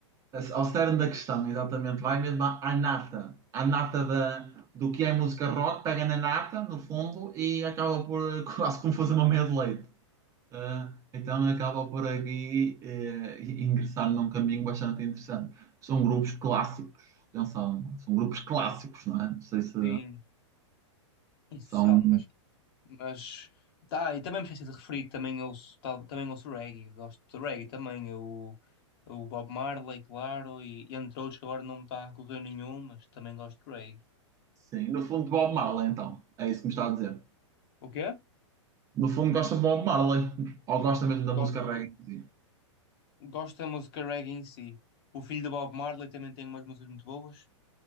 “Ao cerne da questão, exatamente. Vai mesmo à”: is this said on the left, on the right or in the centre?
Right